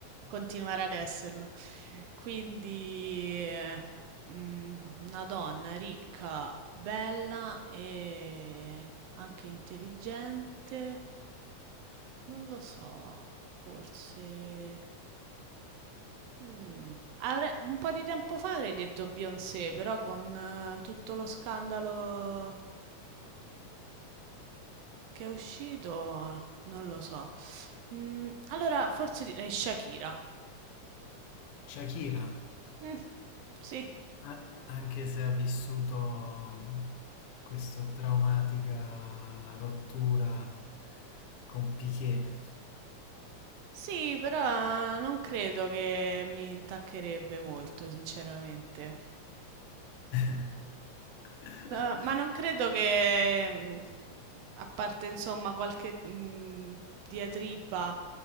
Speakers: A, on the right; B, on the left.
A: continuare ad esserlo. Quindi, eh, mm, una donna ricca, bella e anche intelligente. Non lo so, forse... Mm, avrei- un po' di tempo fa avrei detto Beyoncé, però con eh, tutto lo scandalo... Che è uscito? Non lo so. Mm, allora, forse direi Shakira.
B: Shakira,
A: Mm, sì.
B: a- anche se ha vissuto questa traumatica rottura con Piqué.
A: Sì, però non credo che mi intaccherebbe molto, sinceramente.
B: <laughs>
A: Eh, ma non credo che, mh, a parte insomma qualche mh, diatriba